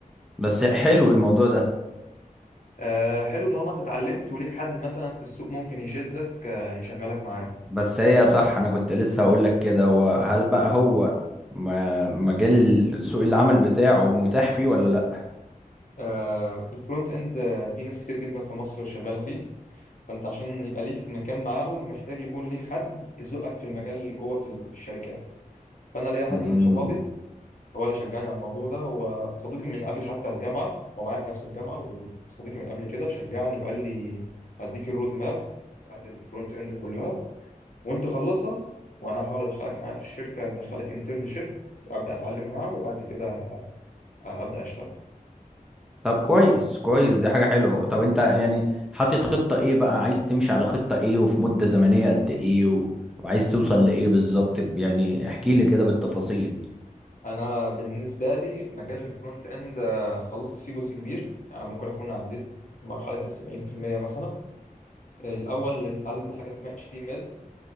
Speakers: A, in the centre; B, on the left (about 60°).
A: بس حلو الموضوع ده
B: آه حلو طالما انت اتعلمت وليك حد مثلا في السوق ممكن يشدك آه يشغلك معاه
A: بس هي صح انا كنت لسه هقول لك كده هو هل بقى هو ما- مجال ال- سوق العمل بتاعه متاح فيه ولا لا
B: آه الفرونت اند آه، في ناس كتير جدا في مصر شغالة فيه فانت عشان يبقى ليك مكان معاهم محتاج يكون ليك حد يزقك في المجال جوه في, ال- في الشركات فانا ليا حد
A: امم
B: من صحابي هو اللي شجعني على الموضوع ده هو صديقي من قبل حتى الجامعه هو معايا في نفس الجامعه وصديقي من قبل كده شجعني وقال لي هديك الرود ماب بتاعت الفرونت اند كلها وانت خلصها وانا هحاول ادخلك معايا في الشركه ادخلك انترنشيب ابدا اتعلم معاهم وبعد كده ابدا اشتغل
A: طب كويس كويس دي حاجة حلوة طب انت يعني حاطط خطة ايه بقى عايز تمشي على خطة ايه وفي مدة زمنية قد ايه و... وعايز توصل لإيه بالظبط ب- يعني احكي لي كده بالتفاصيل
B: انا بالنسبه لي مجال الفرونت اند آه، خلصت فيه جزء كبير يعني ممكن اكون عديت مرحله ال 70% مثلا الاول بتتعلم حاجه اسمها HTML